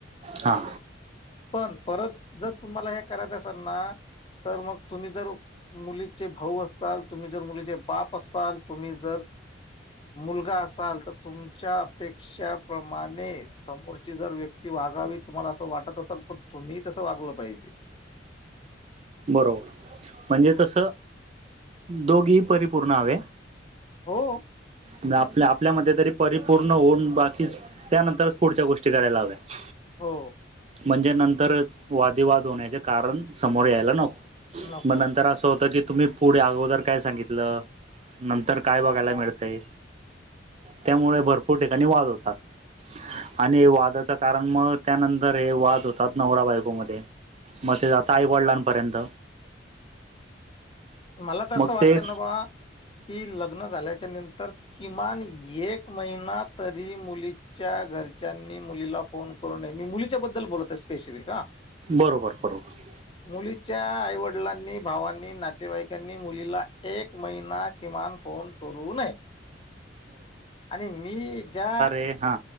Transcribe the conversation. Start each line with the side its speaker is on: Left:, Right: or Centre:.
Right: हां
Left: पण, परत जर तुम्हाला हे करायचं असेल ना? तर मग तुम्ही जर मुलीचे भाऊ असाल, तुम्ही जर मुलीचे बाप असाल तुम्ही जर मुलगा असाल तर तुमच्या अपे क्षा प्रमाणे समोरची जर व्यक्ती वागावी. तुम्हाला असं वाटत असल, पण तुम्ही तसं वागलं पाहिजे.
Right: बरोबर. म्हणजे, तसं दोघेही परिपूर्ण हवे.
Left: हो.
Right: आणि आपल्या आपल्या मध्ये तरी परिपूर्ण होऊन बाकीच, त्यानंतरच पुढच्या गोष्टी करायला हव्यात.
Left: हो.
Right: म्हणजे नंतरच वादी वाद होण्याचे कारण समोर यायला नको.
Left: नको
Right: मग नंतर असं होतं की, तुम्ही पुढे अगोदर काय सांगितलं. नंतर काय बघायला मिळतंय? त्यामुळे भरपूर ठिकाणी वाद होतात. आणि वादाच कारण, मग त्यानंतर हे वाद होतात नवरा बायकोमध्ये. मग ते जाता आई वडीलांपर्यंत
Left: मला तर
Right: मग
Left: असं वाटतंय
Right: ते
Left: ना बा, की लग्न झाल्याच्या नंतर किमान एक महिना तरी मुली च्या घरच्यांनी मुलीला फोन करू नये. मी मुलीच्या बद्दल बोलत आहे स्पेशली का
Right: बरोबर बरोबर
Left: मुलीच्या आई-वडिलांनी, भावांनी ना नातेवाईकांनी मुलीला एक महिना किमान फोन करू नये आणि मी ज्या
Right: हे हा.